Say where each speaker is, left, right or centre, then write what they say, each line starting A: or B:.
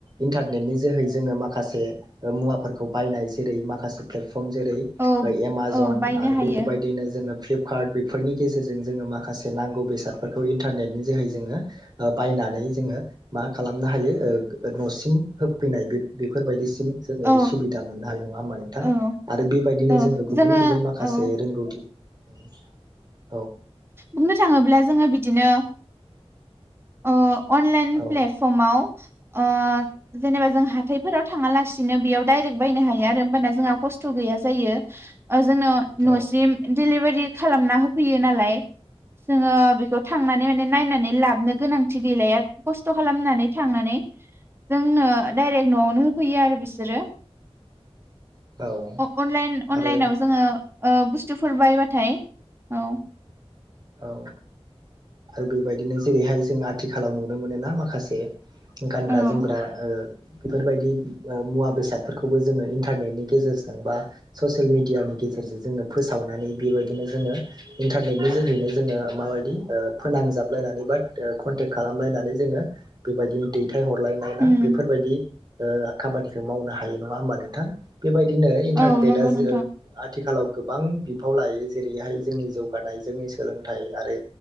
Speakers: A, on the right; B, on the right.
A: इन्टारनेटनि जोहै जोङो माखासे ओ मुवाफोरखौ बायनाय जेरै माखासे फ्ले फर्म जेरै
B: औ
A: एमाजन
B: औ बायनो
A: आरो
B: हायो
A: बेबायदिनो जोङो फ्लिपकार्ट बेफोरनि गेजेरजों जोङो माखासे नांगौ बेसादफोरखौ इन्टारनेटनि जोहै जोङो ओ बाय नानै जोङो मा खालामनो हायो ओ न'सिम होफैनाय बेफोरबायदि जोङो
B: औ
A: सुबिदा मोननो हानाय नङा हा नोंथां।
B: औ
A: आरो बेबायदिनो
B: औ
A: जोङो गुबुन गुबुन माखासे
B: औ
A: रोंगौथि उम
B: बुंनो थाङोब्ला जोङो बिदिनो ओ अनलाइन
A: औ
B: प्लेटफर्मआव ओ जेनेबा जों हाथायफोराव थाङालासिनो बेयाव दडायरेक्ट बायनो हायो आरो होमबाना जोंहा खस्थ' गैया जायो। ओ जोंनो न'सिम
A: औ
B: डैलिभारि खालामना होफैयो नालाय जोङो बेखौ थांनानै माने नायनानै लाबनो गोनांथि गैलाया खस्थ' खालामनानै थांनानै जोंनो दडाइरेक्ट न'आवनो होफैयो आरो बिसोरो।
A: औ
B: अ-अनलाइन अनलाइनाव
A: आरो
B: जोङो ओ बुस्थुफोर बायबाथाय औ।
A: औ आरो बेबायदिनो जेरैहाय जों आथिखालाव नुनो मोनोना माखासे गानग्रा
B: औ
A: जोमग्रा ओ बेफोरबायदि मुवा बेसादफोरखौबो जोङो इन्टारनेटनि गेजेरजों बा ससियेल मिडि यानि गेजेर ज फोाव बेबायनो जो इारनेनि जोहै नो जोङो माबादि फोनांजाबलायनानै बा कनटे खालामलायनानै जोङो बेबायदिनो दै थाइ हरलायनाया
B: उम
A: बेफोरबायदि ओ खामानिखौ मावनो हायो नङा होमबा नोंथां बेबायदिनो इन्टारनेटआ
B: औ नंगौ नोंथां
A: जो आथिखालाव गोबां बिफाव लायो जेरैहाय जोंनि जौगानाय जोंनि सोलोंथाइ आरो